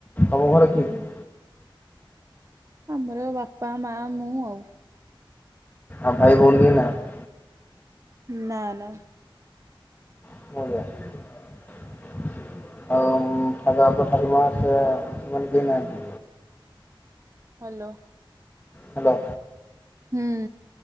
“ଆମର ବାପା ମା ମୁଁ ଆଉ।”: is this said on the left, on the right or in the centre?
Right